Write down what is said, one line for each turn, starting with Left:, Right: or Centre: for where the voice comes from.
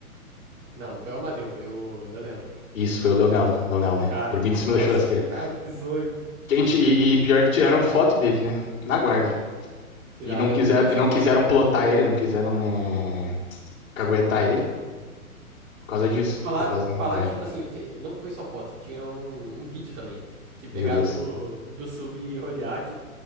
Right: Não, não foi o Amadeu, foi o Leonelo.
Left: Isso, foi o Leonel, Leonel, né?
Right: Cara,
Left: Dormindo em cima
Right: nossa,
Left: da churrasqueira.
Right: que cara bizonho, mano.
Left: Gente, e, e pior que tiraram foto dele, né? Na guarda.
Right: Tiraram.
Left: E não quiseram,
Right: Eu nunca vi essa
Left: e não
Right: foto.
Left: quiseram plotar ele, não quiseram, né, caguetar ele. Por causa disso.
Right: Falar,
Left: Por causa.
Right: falaram
Left: É,
Right: que, tipo assim, ele te- não foi só foto, tinha um, um vídeo também. Que pegaram
Left: meu Deus.
Right: do, do sub Rodiak,